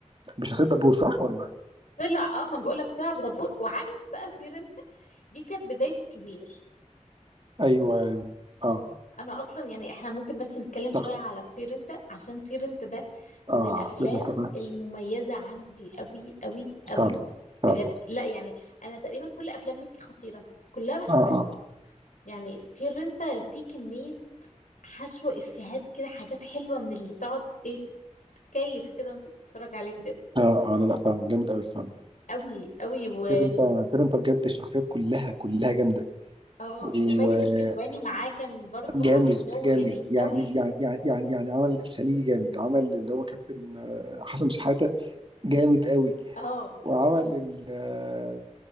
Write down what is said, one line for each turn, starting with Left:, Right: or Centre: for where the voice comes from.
Right: بشخصية دبور صح ولا؟
Left: طلع اه ما انا بقول لك طلع بدبور وعارف بقى طير انت دي كانت بداية الكبير
Right: أيوه أيوه أه
Left: انا اصلا يعني احنا ممكن بس نتكلم شوية
Right: صح
Left: على طير انت عشان طير انت ده
Right: أه
Left: من الافلام
Right: كده أنت
Left: المميزة عندي قوي قوي قوي
Right: فعلا
Left: بجد
Right: فعلا
Left: لا يعني انا تقريبا كل افلام مكي خطيرة كلها بحبها
Right: أه أه
Left: يعني طير انت في كمية حشو افيهات كده حاجات حلوة من اللي تقعد ايه تتكيف كده وانت بتتفرج عليه بجد
Right: أه أه لا لا فعلا جامد أوي فعلا
Left: قوي قوي و
Right: كده أنت كده أنت بجد الشخصيات كلها كلها جامدة
Left: اه
Right: وجامد
Left: وماجد الكدواني معاه كان برضو
Right: جامد
Left: عامل جو
Right: يعني
Left: جميل
Right: يعني
Left: قوي
Right: يعني يعني يعني عمل الخليجي جامد عمل اللي هو كابتن آه، حسن شحاتة جامد أوي
Left: اه
Right: وعمل ال آه،